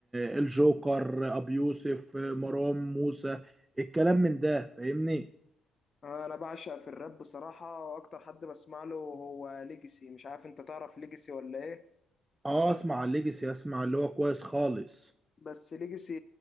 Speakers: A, on the right; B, on the left.
A: آه، الجوكر آه، ابو يوسف آه، مروان موسى الكلام من ده فاهمني
B: انا بعشق في الراب بصراحه واكتر حد بسمع له هو ليجسي مش عارف انت تعرف ليجسي ولا ايه
A: اه اسمع الليجسي اسمع اللي هو كويس خالص
B: بس ليجاسي